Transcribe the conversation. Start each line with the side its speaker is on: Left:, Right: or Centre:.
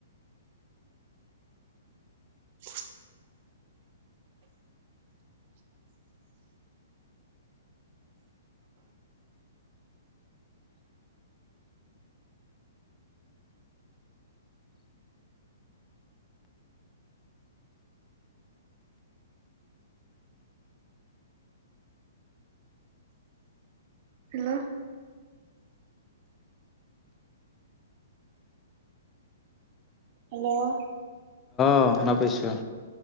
Right: ? হেল্ল' হেল্ল'
Left: অ শুনা পাইছো